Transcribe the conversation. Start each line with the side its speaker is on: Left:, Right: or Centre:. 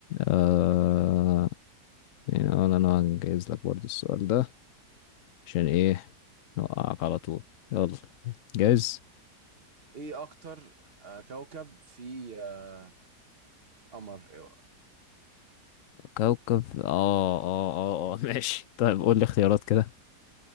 Left: آه... يعني أنا أنا هنجهز لك برضو السؤال ده عشان إيه نوقعك على طول يلا جاهز
Right: إيه أكتر آه، كوكب في آه، قمر إيوه.
Left: كوكب آه آه آه آه ماشي طيب قول لي اختيارات كده